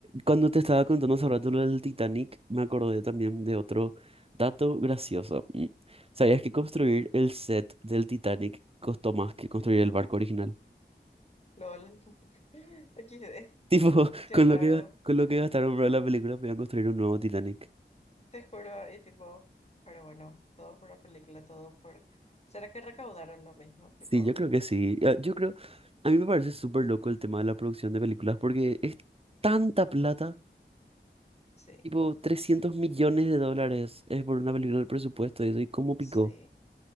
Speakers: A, on the right; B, on the left.
A: cuando te estaba contando hace rato lo del Titanic, me acordé también de otro dato gracioso. Mm. ¿Sabías que construir el set del Titanic costó más que construir el barco original?
B: LOL. <laughs> XD.
A: Tipo, <laughs>
B: Qué
A: con
B: raro.
A: lo que, con lo que gastaron para la película, podían construir un nuevo Titanic.
B: Te juro, y tipo, pero bueno, todo por la película, todo por. ¿Será que recaudaron lo mismo? Tipo,
A: Sí, yo creo que sí. Ah, Yo creo, a mí me parece súper loco el tema de la producción de películas porque es tanta plata,
B: sí,
A: tipo 300 millones de dólares es por una película del presupuesto de eso, y cómo picó.
B: sí.